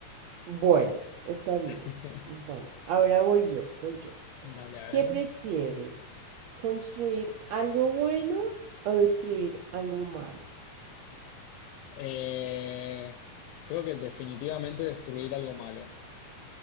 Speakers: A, on the right (about 85°); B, on the left (about 85°).
A: Bueno, está bien.
B: <laughs>
A: Bueno, ahora voy yo, voy yo.
B: Dale, a ver.
A: ¿Qué prefieres? ¿Construir algo bueno o destruir algo malo?
B: Eh, creo que definitivamente destruir algo malo.